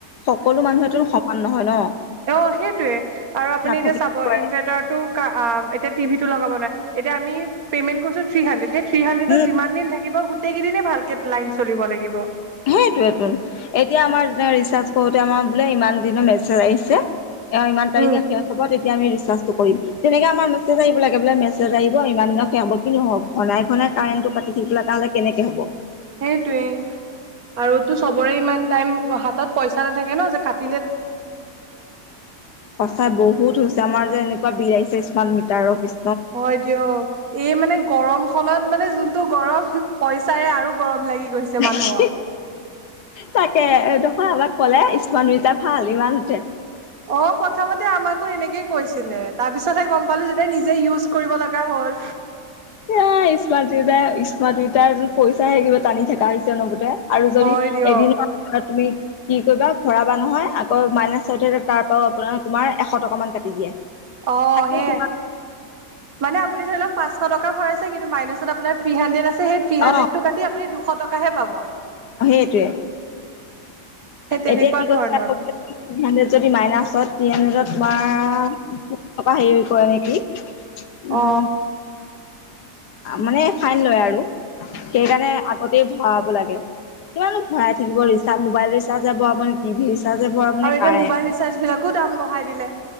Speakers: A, on the left (about 80°); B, on the right (about 60°).
A: সকলো মানুহেতো সমান নহয় ন।
B: অঁ সেইটোৱে আৰু আপুনি
A: নাথাকিব
B: এতিয়া চাব
A: পাৰে
B: ইনভাৰ্টাৰটো এতিয়া। টিভি টো লগ নাৱাৰে এতিয়া আমি পেমেণ্ট কৰিছো থ্ৰী হাড্ৰেড সেই থ্ৰী হাণ্ড্ৰেত
A: উম
B: যিমান দিন থাকিব। গোটেইকেইদিনে ভালকে লাইন চলিব লাগিব।
A: হোম। এতিয়া আমাৰ যেনেকে ৰিচাৰ্চ কৰোঁতে আমাৰ বোলে ইমান দিনৰ মেচেজ আহিছে অ ইমান তাৰিখে
B: উম
A: শেষ হ'ব তেতিয়া আমি ৰিচাৰ্জটো কৰিম তেনেকে আমাৰ মেচেজ আহিব লাগে বোলে মেছেজ আহিব ইমান দিনৰ শেষ হব কিন্তু ঘনাই ঘনাই কাৰেণ্টটো কাতি থাকিবলে তাহলে কেনেকে হ'ব।
B: সেইটোৱে আৰুতো চবৰে ইমান টাইম হাতত পইচা নাথাকে ন যে কাট
A: সচাই বহুত হৈছে আমাৰ যে এনেকুৱা বি আই চেচ কিমান মিটাৰৰ পিছ
B: হয় দিয়ক এই মানে গৰম খত মানে যোনটো গৰম পইচাৰে আৰু গৰম লাগি গৈছে
A: আৰু
B: মানুহৰ।
A: তাকে এদখ আমাক ক'লে স্মাৰ্ট মিটাট ভাল ইমান টে
B: অ প্ৰথমতে আমাকো এনেকে কৈছিলে তাৰ পিছতহে গম পালো যে নিজে ইজ কৰিব লগা হ'ল
A: এ স্মাৰ্ট মিটাৰ স্মাৰ্ট মিটাৰ পইচাহে কিব টানি থকা হৈছে ন বুতে আৰু যদি
B: হয় দিয়ক
A: এদিনৰ তুমি কি কৰিবা ভৰাবা নহয় আকৌ মাইনাছ হৈ থাকে তাৰ পৰাও আপোনাৰ তোমাৰ এশ টকা মান কাটি দিয়ে।
B: অ
A: থাকেই
B: সে
A: তোমাৰ
B: মানে আপুনি ধৰি লওক পাঁচশ টকা ভৰাইছে কিন্তু মাইনাচত আপোনাৰ থ্ৰী হান্ড্ৰেড আছে সেই থ্ৰী হান্ড্ৰেডটো
A: অ
B: কাটি আপুনি দুশ টকাহে পাব
A: অ সেইটোৱে
B: সেই তেনেকুৱা
A: এতিয়া কি
B: ধৰণৰ
A: কৈছে হান্ড্ৰেড যদি মাইনাচত থ্ৰী হান্ড্ৰেড তোমাৰ টকা হেৰি পৰে নেকি উম
B: অ
A: মানে ফাইন লয় আৰু সেইকাৰণে আগতে ভৰাব লাগে কিমানো ভৰাই থাকিব ৰিচাৰ মোবাইল ৰিচাৰ্জ যাব পনি টিভি ৰিচাৰ্জে ভৰাব নে
B: আৰু এতিয়া
A: কাৰেণ্ট
B: মোবাইল ৰিচাৰ্জ বিলাকো দাম বঢ়াই দিলে।